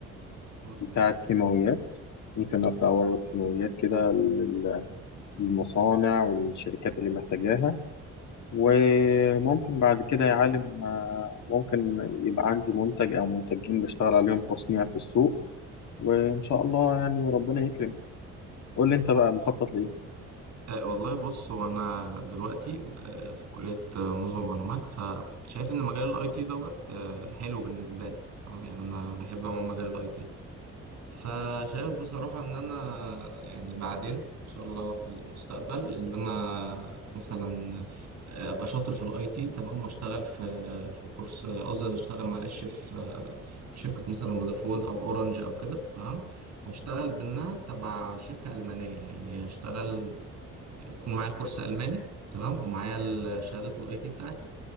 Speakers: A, on the right; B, on the left.
A: مم.
B: بتاعة كيماويات ممكن أبدأ أورد كيماويات كده لل- للمصانع والشركات اللي محتاجاها وممكن بعد كده يا عالم آه، ممكن يبقى عندي منتج أو منتجين بشتغل عليهم تصنيع في السوق وإن شاء الله يعني ربنا يكرم قول لي أنت بقى مخطط لإيه؟
A: أه والله بص هو انا دلوقتي أه في كلية آه، نظم معلومات فشايف ان مجال الاي تي دوت أه حلو بالنسبة لي تمام يعني انا بحب عموما مجال الاي تي فشايف بصراحة إن أنا يعني بعدين إن شاء الله في المستقبل إن أنا مثلا آه، أبقى شاطر في الأي تي تمام وأشتغل في في كورس قصدي أشتغل معلش في في شركة مثلا فودافون أو أورنج أو كده تمام وأشتغل منها تبع شركة ألمانية يعني أشتغل يكون معايا كورس ألماني تمام ومعايا ال- شهادة الأي تي بتاعتي